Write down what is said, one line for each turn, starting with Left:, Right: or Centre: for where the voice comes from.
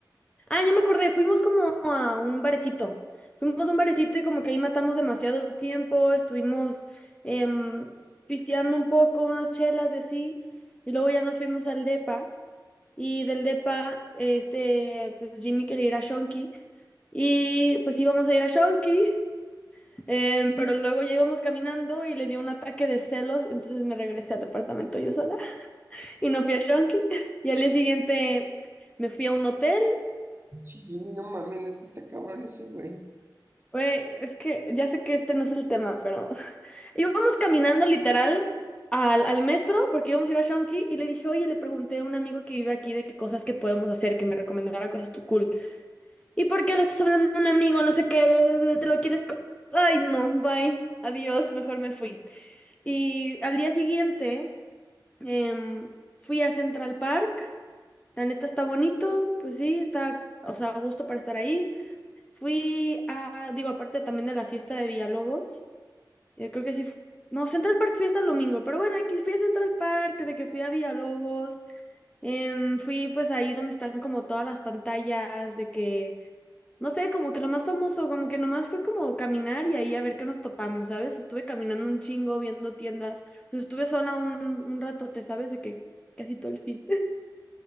Left: Ah, ya me acordé, fuimos como a un barecito. Fuimos a un barecito y como que ahí matamos demasiado tiempo, estuvimos em, pisteando un poco, unas chelas y así, y luego ya nos fuimos al depa, y del depa, este, pues Jimmy quería ir a Shonky, y pues íbamos a ir a Shonky, em, pero luego ya íbamos caminando y le dio un ataque de celos, entonces me regresé al departamento yo sola, y no fui a Shonky, <laughs> y al día siguiente... Me fui a un hotel
Right: Sí, no mames, neta está cabrón ese güey.
Left: Güey, es que ya sé que este no es el tema, pero <laughs> íbamos caminando literal al, al metro porque íbamos a ir a Shonky y le dije, oye, le pregunté a un amigo que vive aquí de qué cosas que podemos hacer, que me recomendara cosas tú cool. ¿Y por qué le estás hablando a un amigo? No sé qué, bla, bla, bla, te lo quieres... co-". Ay, no, bye, adiós, mejor me fui. Y al día siguiente em, fui a Central Park. La neta está bonito, pues sí, está, o sea, a gusto para estar ahí. Fui a, digo, aparte también de la fiesta de Villalobos, yo creo que sí, fu- no, Central Park fiesta el domingo, pero bueno, aquí fui a Central Park, de que fui a Villalobos, em, fui pues ahí donde están como todas las pantallas, de que, no sé, como que lo más famoso, como que nomás fue como caminar y ahí a ver qué nos topamos, ¿sabes? Estuve caminando un chingo, viendo tiendas, pues estuve sola un, un ratote, ¿sabes? De que casi todo el fin. <laughs>